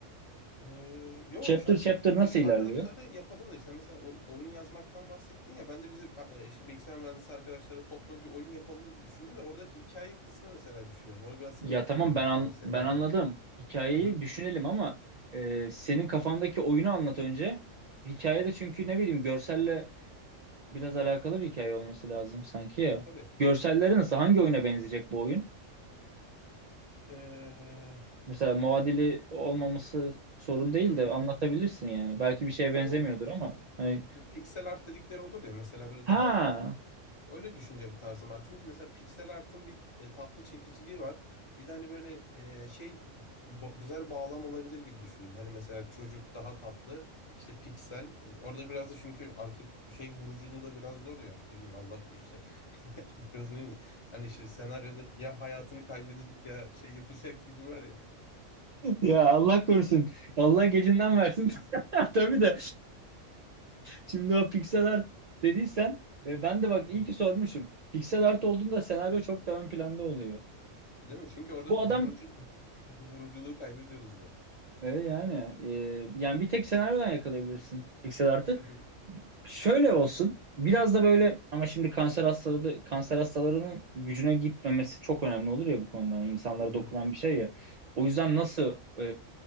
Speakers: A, on the left (about 30°); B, on the right (about 85°).
A: Ee, yo
B: Chapter
A: şu an
B: chapter nasıl
A: biz
B: ilerliyor?
A: arkadaşlarla yapalım da işte mesela o- oyun yazmaktan bahsettin ya ben de bizi e, işte bilgisayar mühendisi arkadaşlarla toplanıp bir oyun yapalım gibi düşündüm de orada hikaye kısmı mesela düşünüyordum. Orada biraz senin
B: Ya
A: fikrini
B: tamam
A: almak
B: ben an-
A: istiyorum. Bir senaryo.
B: ben anladım. Hikayeyi
A: Hı hı.
B: düşünelim ama e, senin kafandaki oyunu anlat önce. Hikayede çünkü ne bileyim görselle biraz alakalı bir hikaye olması lazım sanki ya.
A: Tabii.
B: Görselleri nasıl? Hangi oyuna benzeyecek bu oyun?
A: Ee,
B: Mesela muadili
A: e,
B: olmaması sorun değil
A: hı
B: de
A: hı.
B: anlatabilirsin yani. Belki bir şeye benzemiyordur
A: Ya Bu
B: ama hani
A: bu pixel art dedikleri olur ya mesela böyle
B: ha
A: daha Öyle düşünce bir tarzım vardı. Çünkü mesela piksel artın bir e, tatlı çekiciliği var. Bir de hani böyle e, şey ba- güzel bağlam olabilir gibi düşündüm. Hani mesela çocuk daha tatlı işte piksel. E, orada biraz da çünkü artık şey vuruculuğu da biraz zor ya. Ne bileyim Allah korusun işte. <laughs> Allah korusun ne bileyim. Hani işte senaryoda ya hayatını kaybedecek ya şey yapacak gibi var ya.
B: ya Allah korusun. Allah gecinden versin. <laughs> Tabii de şimdi o pixel art dediysen e, ben de bak
A: Hı hı.
B: iyi ki sormuşum. Pixel art olduğunda senaryo çok daha ön planda oluyor.
A: Değil mi? Çünkü orada
B: Bu adam
A: vurucu <laughs> vuruculuğu kaybediyoruz biraz.
B: e, yani e, yani bir tek senaryodan yakalayabilirsin pixel art'ı.
A: Hı hı.
B: Şöyle olsun. Biraz da böyle ama şimdi kanser hastaları kanser hastalarının gücüne gitmemesi çok önemli olur ya bu konuda. Yani İnsanlara
A: Hı hı.
B: dokunan bir şey ya. O yüzden nasıl e,